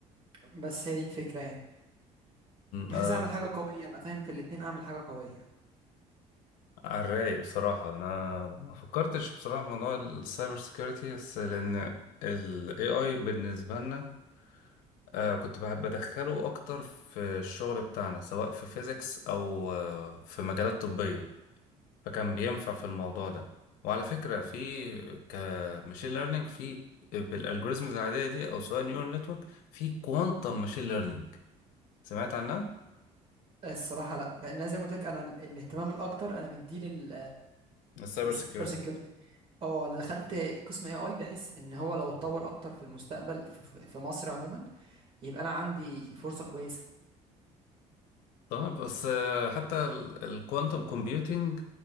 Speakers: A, on the right; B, on the left.
A: بس هي دي الفكرة يعني بحيث
B: آه.
A: اعمل حاجة قوية ابقى فاهم في الاتنين اعمل حاجة قوية
B: على الرايق بصراحة أنا ما فكرتش بصراحة في موضوع السايبر سيكيورتي بس لأن ال AI بالنسبة لنا آه كنت بحب أدخله أكتر في الشغل بتاعنا سواء في فيزيكس أو آه في مجالات طبية فكان بينفع في الموضوع ده وعلى فكرة في كماشين ليرنينج في بالالجوريزمز العادية دي أو سواء نيورال نتورك في كوانتم ماشين ليرنينج سمعت عنها؟
A: الصراحه لا لان أنا زي ما قلت لك انا ال- الاهتمام الاكتر انا مديه لل
B: السايبر
A: للسايبر
B: سيكيورتي
A: سيكيورتي اه انا دخلت قسم اي اي بحيث ان هو لو اتطور اكتر في المستقبل في في- في مصر عموما يبقى انا عندي فرصه كويسه
B: طبعا بس آه، حتى الكوانتم كومبيوتينج